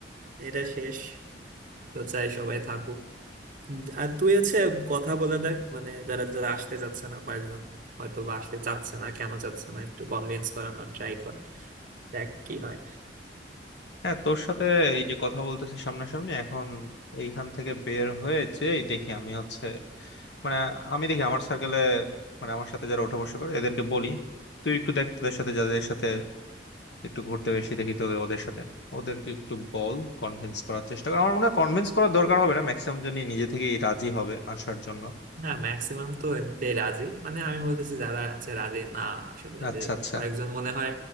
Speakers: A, on the right; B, on the left.
A: এটা শেষ তো চাই সবাই থাকুক আর তুই হচ্ছে কথা বলে দেখ মানে যারা যারা আসতে চাচ্ছে না কয়েকজন হয়তো বা আসতে চাচ্ছে না কেন চাচ্ছে না একটু কনভিন্স করানোর ট্রাই কর দেখ কি হয়
B: হ্যাঁ তোর সাথে এই যে কথা বলতেছি সামনাসামনি এখন এইখান থেকে বের হয়ে যে দেখি আমি হচ্ছে মানে আমি দেখি আমার সার্কেলে মানে আমার সাথে যারা ওঠা বসা করে এদেরকে বলি তুই একটু দেখ তোদের সাথে যাদের সাথে একটু ঘুরতে বেশি দেখি তোদের ওদের সাথে ওদেরকে একটু বল কনভিন্স করার চেষ্টা কর আমার মনে হয় কনভিন্স করার দরকার হবে না ম্যাক্সিমাম জনই নিজে থেকেই রাজি হবে আসার জন্য
A: হ্যাঁ ম্যাক্সিমাম তো এমনিতেই রাজি মানে আমি বলতেছি যারা আছে রাজি না আসলে
B: আচ্ছা
A: যে
B: আচ্ছা
A: কয়েকজন মনে হয়